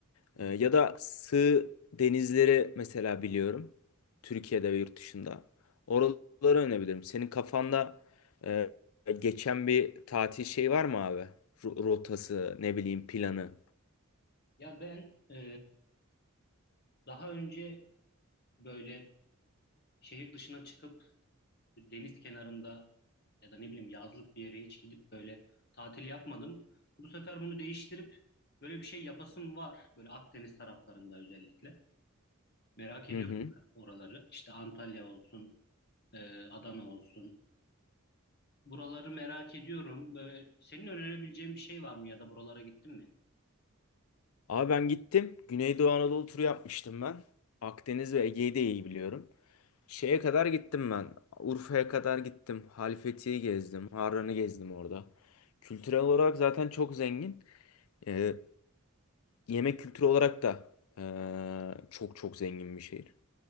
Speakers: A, on the left (about 50°); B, on the left (about 75°).
A: Hı
B: E,
A: hı.
B: ya da sığ denizleri mesela biliyorum. Türkiye'de ve yurt dışında. Oraları önebilirim. Senin kafanda e, geçen bir tatil şey var mı abi? Ru- Rotası, ne bileyim planı.
A: Ya ben e, daha önce böyle şehir dışına çıkıp deniz kenarında ya da ne bileyim yazlık bir yere hiç gidip böyle tatil yapmadım. Bu sefer bunu değiştirip böyle bir şey yapasım var. Böyle Akdeniz taraflarında özellikle. Merak ediyorum
B: Hı hı.
A: oraları. İşte Antalya olsun, e, Adana olsun. Buraları merak ediyorum. Böyle senin önerebileceğin bir şey var mı ya da buralara gittin mi?
B: Abi ben gittim. Güneydoğu Anadolu turu yapmıştım ben. Akdeniz ve Ege'yi de iyi biliyorum. Şeye kadar gittim ben. Urfa'ya kadar gittim. Halifeti'yi gezdim. Harran'ı gezdim orada. Kültürel olarak zaten çok zengin. Ee, yemek kültürü olarak da ee, çok çok zengin bir şehir.